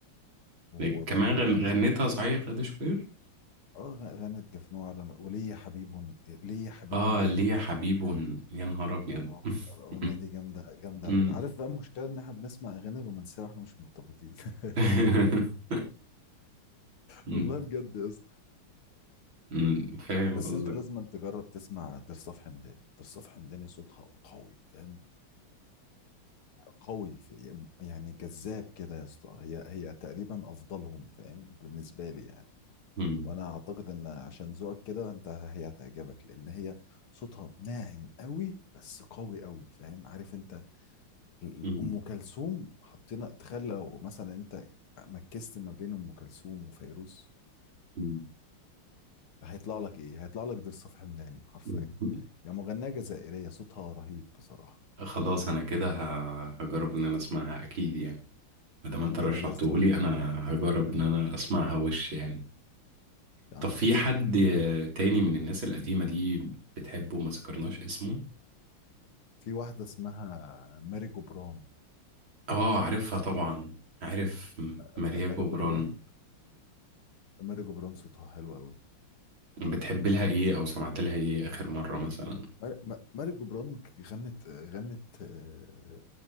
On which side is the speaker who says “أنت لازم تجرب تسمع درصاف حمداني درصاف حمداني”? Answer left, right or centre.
Left